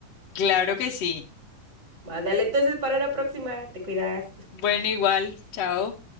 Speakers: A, on the left; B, on the right.
A: Claro que sí.
B: Va, dale, entonces para una próxima, te cuidas.
A: Bueno, igual. Chao.